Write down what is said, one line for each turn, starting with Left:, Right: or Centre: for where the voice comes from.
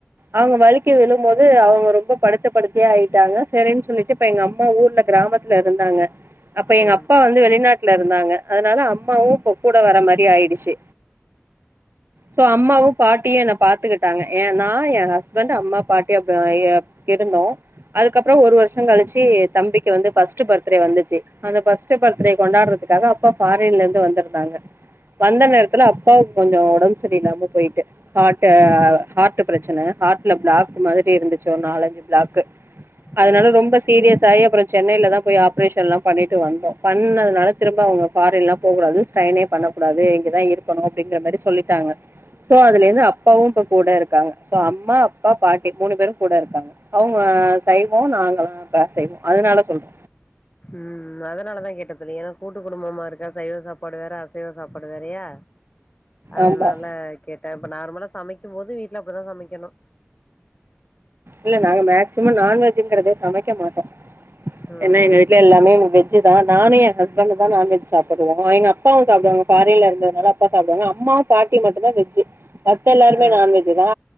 Right: அவங்க வலிக்கி விழும்போது அவங் ரொம்ப படுத் த்த படுக்கையா ஆயிட்டாங்க செரின்ன்னு சொல்லிட்டு இப்ப எங்க அம்மா ஊர்ல கிராமத்துல இருந்தாங்க அப்ப
Left: ம்
Right: எங்க அப்பா வந்து வெளிநாட் குல இருந்தாங்க அதனால அம்மாவு இப்ப கூட வர மா ரி ஆயிடுச்சி சோ அம்மாவு‌ பாட்டியு என்ன பாத்துக்கிட்டாங்க ஏனா ஏ ஹஸ்பண்ட்டு அம்மா பாட்டி அப்ப ஏ இருந்தோ அதுக்கப்புறோ ஒரு வருஷோ கழிச்சி தம்பிக்கு வந்து ஃபர்ஸ்ட்டு பர்த்டே வந்துச்சி அந்த‌ ஃபர்ஸ்ட்டு பர்த்டே கொண்டாடுறதுக்காக அப்பா ஃபாரின்ல இருந்து வந்திருந்தாங்க வந்த நேரத்துல அப்பாக்கு கொஞ்சோ ஒடம் சரி இல்லாம போயிட்டு ஹாட்டு ஹார்ட்டு பிரச்சன ஹார்ட்டுல பிளாக் மாரி இருந்துச்சு ஒரு நாலஞ்சு பிளாக்கு
Left: ம்
Right: அதனால ரொம்ப சீரிய ஸ் ஆய் அப்புறோ சென்னையிலதா போய் ஆப்ரேஷன்ளா பண்ணிட்டு வந்தோ பண்ணதுனால திரும்ப அவுங்க ஃபாரின்லா போகூடாது ஸ்ட்ரைனே பண்ண கூடாது இங்கதா இருக்கணு அப்டிங்கிற மாரி சொல்லிட்டாங்க சோ அதுல இருந்து அப்பாவு இப்போ கூட இருக்காங்க சோ அம்மா அப்பா பாட்டி மூணு பேரு கூட இருக்காங்க அவுங்க சைய்வோ நாங்களா அசைவோ அதனால சொல்ற
Left: ம் அதனாலதா கேட்ட தோழி ஏனா கூட் டு குடும்பமா இருக்கறது சைவ சாப்பாடு வேற அசைவ சாப்பாடு வேறையா அதனால
Right: ஆமா
Left: கேட்ட இப்ப நார்மலா சமைக்கு போது வீட்டுல அப்படித்தா சமைக்கணு
Right: இல்ல நாங்க மேக்சிமோ நான்வெஜ்ங்றதே சமைக்க மாட்டோ
Left: ம்
Right: ஏன்ன எங்க வீட்டுல எல்லாமே வெஜ் தா நானு ஏ ஹஸ்பண்ட்டு தா நான்வெஜ் சாப்புடுவோ எங்க அப் பாவு சாப்டுவாங்க ஃபாரின்லருந்த அதுனால அப்பா சாப்டுவாங்க அம்மாவு பாட்டியு மட்டும்ந்தா வெஜ்ஜு மத்த எல்லாருமே
Left: ம்
Right: நான் வெஜ் தா